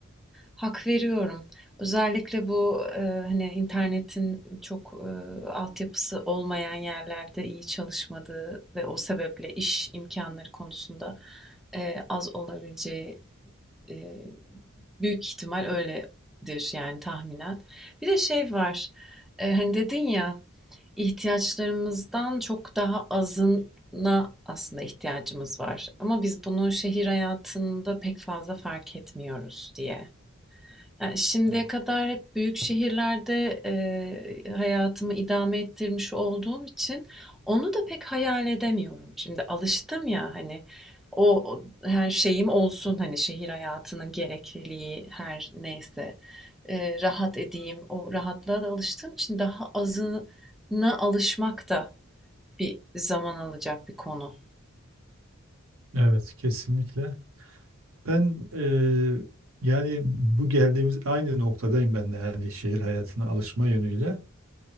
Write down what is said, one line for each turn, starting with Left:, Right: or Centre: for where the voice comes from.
Centre: hak veriyorum. Özellikle bu e, hani internetin çok e, altyapısı olmayan yerlerde iyi çalışmadığı ve o sebeple iş imkanları konusunda e, az olabileceği Eee, büyük ihtimal öyledir yani tahminen. Bir de şey var. eee, hani dedin ya ihtiyaçlarımızdan çok daha azına aslında ihtiyacımız var. Ama biz bunu şehir hayatında pek fazla fark etmiyoruz diye. Ya, şimdiye
Right: Evet.
Centre: kadar hep büyük şehirlerde, eee, hayatımı idame ettirmiş olduğum için onu da pek hayal edemiyorum. Şimdi alıştım ya, hani, o o her şeyim olsun, hani, şehir hayatının gerekliliği her neyse, eee, rahat edeyim, o rahatlığa da alıştığım için daha azına alışmak da bir zaman alacak bir konu.
Right: Evet, kesinlikle. Ben eee, yani bu geldiğimiz aynı noktadayım ben de yani şehir hayatına alışma yönüyle.